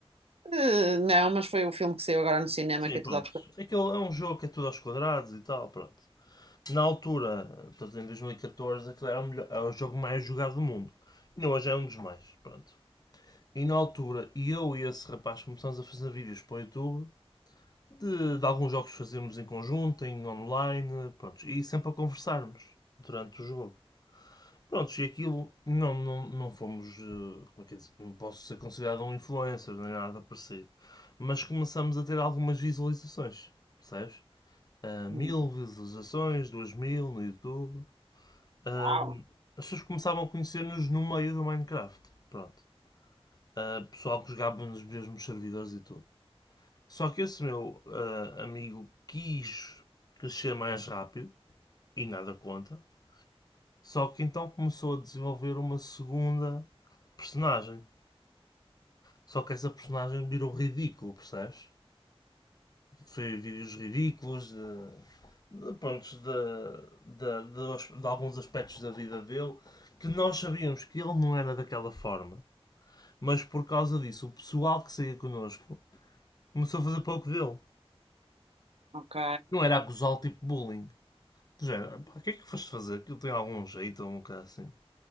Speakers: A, on the right; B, on the left.
A: Eh, não, mas foi o filme que saiu agora no cinema
B: Sim,
A: que é
B: pronto.
A: tudo aos...
B: Aquele é um jogo que é tudo aos quadrados e tal, pronto. Na altura, portanto, em 2014, aquele era o, melhor- era o jogo mais jogado do mundo. E hoje é um dos mais, pronto. E na altura, eu e esse rapaz começamos a fazer vídeos para o YouTube de, de alguns jogos que fazemos em conjunto, em online, pronto, e sempre a conversarmos durante o jogo. Pronto, e aquilo não, não, não fomos, eh, como é que é dizer, não posso ser considerado um influencer nem nada parecido, mas começamos a ter algumas visualizações, percebes? Ah, mil
A: Hum,
B: visualizações, duas mil no YouTube. Ah,
A: Uau,
B: as pessoas começavam a conhecer-nos no meio do Minecraft, pronto. Ah, pessoal que jogava nos mesmos servidores e tudo. Só que esse meu ah, amigo quis crescer mais rápido e nada conta. Só que então começou a desenvolver uma segunda personagem. Só que essa personagem virou ridículo, percebes? Foi vídeos ridículos de, de, pronto, de, de, de de alguns aspectos da vida dele que nós sabíamos que ele não era daquela forma. Mas por causa disso, o pessoal que saía connosco começou a fazer pouco dele.
A: ok,
B: Não era a gozar tipo bullying. Do género, pá, o que é que foste fazer? Aquilo tem algum jeito ou um bocado assim.